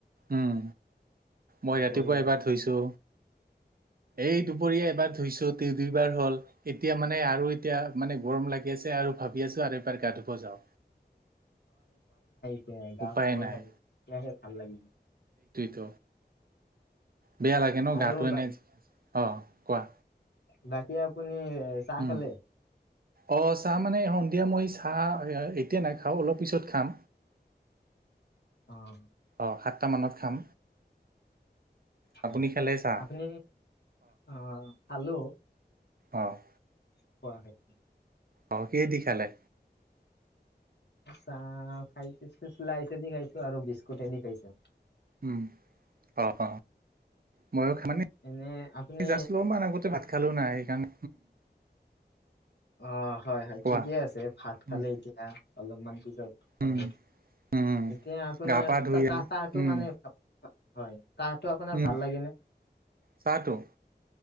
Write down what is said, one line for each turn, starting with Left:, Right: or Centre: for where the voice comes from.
Right: উম মই
Left: দুপৰীয়া
Right: ৰাতিপুৱা এবাৰ ধুইছো, এই দুপৰীয়া এবাৰ ধুইছো দুইবাৰ হ'ল, এতিয়া মানে আৰু এতিয়া মানে গৰম লাগি আছে, আৰু ভাবি আছো আৰু এইবাৰ গা ধুব যাওঁ।
Left: এ' গাঁৱত
Right: উপায়
Left: ধুবই
Right: নাই
Left: লাগিল, সেয়াহে ভাল লাগিল।
Right: দ বেয়া লাগে ন,
Left: আৰু
Right: গাটো এনে,
Left: বাকী
Right: অ' কোৱা।
Left: বাকী আপুনি এ, চাহ
Right: উম,
Left: খালে
Right: অ' চাহ মানে এতিয়া মই চাহ এতিয়া নাখাওঁ অলপ পিছত খাম।
Left: অ'।
Right: অ সাতটা মানত খাম।
Left: হয়,
Right: আপুনি খালে চাহ?
Left: আপুনি অ' খালো।
Right: অ'।
Left: কোৱা হয়।
Right: অ' কি দি খালে?
Left: <inaudible> চাহ খাইছ, চ চলাছেদি খাইছো আৰু বিস্কুটেদি খাইছো।
Right: উম আহ। ময়ো <unintelligible> মানে
Left: এনে আপুনি
Right: জাষ্ট অপমান আগতে ভাত খালেও না, সেইকাৰণে
Left: অ', হয় হয়
Right: কোৱা।
Left: ঠিকে আছে ভাত খালে
Right: উম
Left: এতিয়া অলপমান পিছত হ'ব,
Right: উম উম
Left: এতিয়া আপোনাৰ
Right: গা পা ধুই
Left: চাহ
Right: আহি
Left: চাহটো
Right: উম
Left: মানে, হয়। কাহটো আপোনাৰ
Right: উম
Left: ভাল লাগে ন?
Right: চাহটো